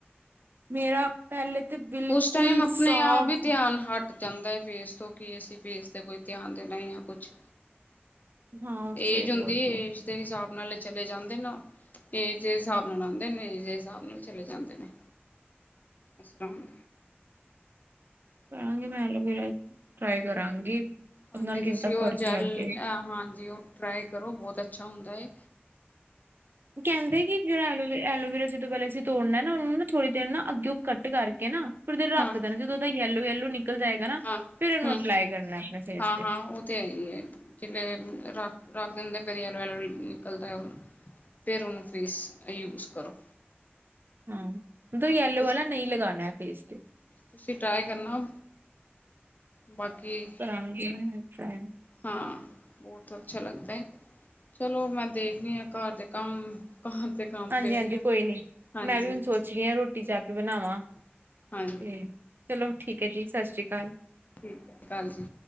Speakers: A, on the right; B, on the left.
A: ਮੇਰਾ- ਪਹਿਲੇ ਤੇ <unintelligible>
B: ਉਸ ਟਾਈਮ ਆਪਣੇ
A: ਸਾਫ਼
B: ਆਪ ਹੀ ਧਿਆਨ ਹਟ- ਜਾਂਦਾ ਹੈ। ਫੇਸ ਤੋ ਕਿ ਅਸੀ ਫੇਸ ਤੇ ਕੋਈ ਧਿਆਨ ਦੇਣਾ ਆ ਕੁਛ-
A: ਹਾਂ ਉਹ ਤੇ ਸਹੀ
B: ਏਜ
A: ਬੋਲ
B: ਹੁੰਦੀ
A: ਰਹੇ
B: ਏਜ-
A: ਹੋ
B: ਏਜ ਦੇ ਹਿਸਾਬ ਨਾਲ ਚਲੇ ਜਾਦੇ ਨਾ ਏਜ ਦੇ ਹਿਸਾਬ ਨਾਲ ਆਉਦੇ ਨੇ ਇਸਦੇ ਹਿਸਾਬ ਨਾਲ ਚਲੇ ਜਾਦੇ ਨੇ- ਤ <unintelligible>
A: ਕਰਾਂਗੀ ਮੈ ਐਲੋਵੇਰਾ ਟਰਾਈ ਕਰਾਂਗੀ।
B: ਹਾਂਜੀ
A: ਨਾਲ ਕਿੱਦਾਂ
B: ਤੁਸੀ ਉਹ
A: ਫ਼ਰਕ
B: ਜੈਲ
A: ਲੱਗੇ
B: ਹਾਂਜੀ ਉਹ ਟਰਾਈ ਕਰੋ ਬਹੁਤ ਅਛਾ ਹੁੰਦਾ ਹੈ।
A: ਕਹਿਦੇ ਕਿ ਜਿਹੜਾ ਐਲੋ ਐਲੋਵੇਰਾ ਜਦੋ ਪਹਿਲ- ਤੋੜਨਾ ਨਾ ਉਹਨੂੰ ਨਾ ਥੋੜੀ ਦੇਰ ਨਾ ਅੱਗਿਓਂ ਕੱਟ ਕਰਕੇ ਨਾ ਫਿਰ ਥੋੜੀ ਦੇਰ
B: ਹਾਂ
A: ਰੱਖ ਦੇਣਾ ਜਦੋਂ ਉਹਦਾ ਯੈਲੋ ਯੈਲੋ ਨਿਕ- ਨਿਕਲ ਜਾਏਗਾ ਨਾ
B: ਹਾਂ
A: ਫੇਰ ਉਹਨੂੰ
B: ਹੂੰ
A: ਅਪਲਾਈ ਕਰਨਾ ਆਪਣੇ ਫੇਸ
B: ਹਾਂ-ਹਾਂ
A: ਤੇ-
B: ਉਹ ਤੇ ਏਹੀ ਏ ਜਿਲੇ ਰੱਖ ਦਿੰਦੇ ਫੇਰ ਫਿਰ ਯੈਲੋ- ਯੈਲੋ ਨਿਕਲਦਾ- ਫਿਰ ਉਹਨੂੰ ਫੇਸ ਯੂਜ਼ ਕਰੋ-
A: ਹਾਂ ਮਤਲਬ
B: ਹਾਂਜੀ
A: ਯੈਲੋ ਵਾਲਾ ਨਹੀ ਲਗਾਉਣਾ ਫੇਸ ਤੇ-
B: ਤੁਸੀ ਟਰਾਈ ਕਰਨਾ ਬਾਕੀ-
A: ਕਰਾਂਗੀ ਮੈਂ ਟਰਾਈ-
B: ਹਾਂ ਬਹੁਤ ਅਛਾ ਲਗਦਾ ਹੈ। ਚਲੋ ਮੈ ਦੇਖਦੀ ਹਾਂ ਘਰ ਦੇ ਕਮ ਘਰ ਦੇ- ਕੰਮ
A: ਹਾਂਜੀ-
B: ਪਏ
A: ਹਾਂਜੀ
B: ਨੇ
A: ਕੋਈ ਨੀ
B: ਹਾਂਜੀ-ਹਾਂਜੀ
A: ਮੈ ਵੀ ਹੁਣ ਸੋਚ ਰਹੀ ਹਾਂ ਰੋਟੀ ਜਾ ਕੇ ਬਣਾਵਾਂ-
B: ਹਾਂਜੀ, -
A: ਤੇ ਚਲੋ ਠੀਕ ਹੈ ਜੀ ਸਤਿ ਸ੍ਰੀ ਅਕਾਲ-
B: ਠੀਕ ਹੈ। ਸਤਿ ਸ੍ਰੀ ਅਕਾਲ ਜੀ